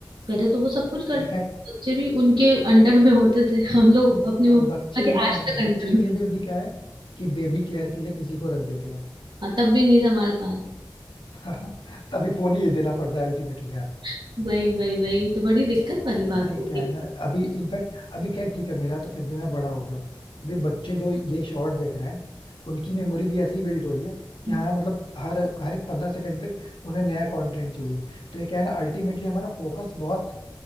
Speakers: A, on the right; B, on the left.
A: पहले तो वो सब कुछ कर
B: इनफैक्ट
A: बच्चे भी उनके अंडर में होते थे हम लोग अपने मम्मा
B: अब बच्चे
A: के
B: भी ना
A: आज तक अंडर
B: बच्चे के
A: में
B: लिए भी अभी क्या है कि बेबी केयर के लिए किसी को रख देते हैं
A: हाँ, तब भी नहीं संभाल पा रहे
B: <laughs> तभी फोन ही देना पड़ता है अल्टीमेटली
A: <laughs> वही वही वही तो बड़ी दिक्कत वाली बात
B: नहीं
A: होगी
B: क्या है ना अभी इनफैक्ट अभी क्या है, ठीक है मेरा तो फिर भी मैं बड़ा हो गया हूँ अभी बच्चे जो ये शॉर्ट्स देख रहे हैं उनकी मेमोरी भी ऐसी ही बिल्ट हो रही है कि
A: हम्म,
B: हाँ मतलब हर हर एक पंद्रह सेकंड पे उन्हें नया कंटेंट चाहिए तो ये क्या है ना अल्टीमेटली हमारा फोकस बहुत